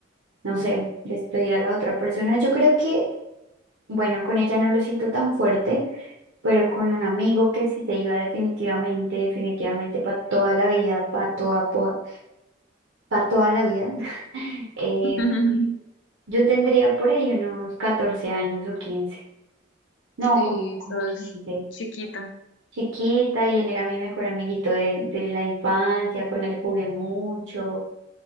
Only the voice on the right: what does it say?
no sé, despedir a la otra persona. Yo creo que, bueno, con ella no lo siento tan fuerte, pero con un amigo que sí se iba definitivamente, definitivamente para toda la vida, para toda, para toda la vida, <laughs> eh,
yo tendría por ahí unos 14 años o 15, no,
como, como
15,
chiquita, y él era mi mejor amiguito de, de la infancia, con él jugué mucho,